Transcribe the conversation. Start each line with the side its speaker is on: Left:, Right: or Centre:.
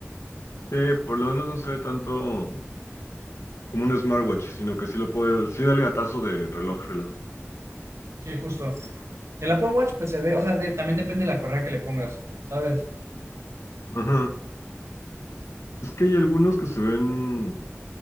Left: Sí, por lo menos no se ve tanto como un smartwatch, sino que sí lo puede, sí da el gatazo de reloj, reloj.
Right: Sí, justo. El Apple Watch, pues se ve, o sea, de- también depende de la correa que le pongas, ¿sabes?
Left: Ajá. Es que hay algunos que se ven